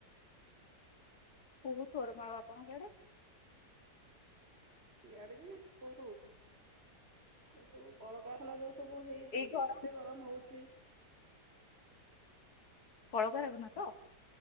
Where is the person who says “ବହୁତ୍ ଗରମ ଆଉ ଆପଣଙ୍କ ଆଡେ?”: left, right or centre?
Left